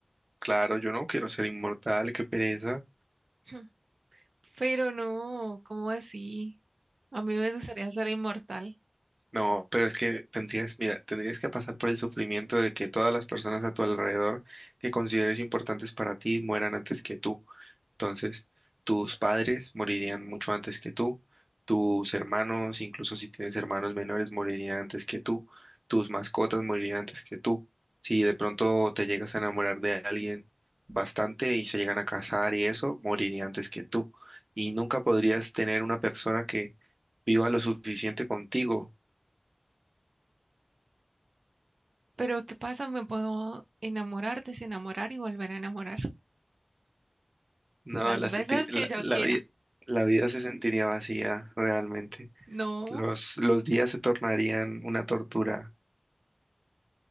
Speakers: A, on the right; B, on the right.
A: claro, yo no quiero ser inmortal, qué pereza.
B: <laughs> pero no, ¿cómo así? A mí me gustaría ser inmortal,
A: No, pero es que tendrías, mira, tendrías que pasar por el sufrimiento de que todas las personas a tu alrededor que consideres importantes para ti mueran antes que tú. Entonces, tus padres morirían mucho antes que tú, tus hermanos, incluso si tienes hermanos menores, morirían antes que tú, tus mascotas morirían antes que tú. Si de pronto te llegas a enamorar de alguien bastante y se llegan a casar y eso, moriría antes que tú. Y nunca podrías tener una persona que viva lo suficiente contigo
B: pero ¿qué pasa? Me puedo enamorar, desenamorar y volver a enamorar
A: No,
B: las
A: la, senti-
B: veces
A: la,
B: que yo
A: la
B: quiera.
A: vi- la vida se sentiría vacía realmente.
B: No,
A: Los, los días se tornarían una tortura.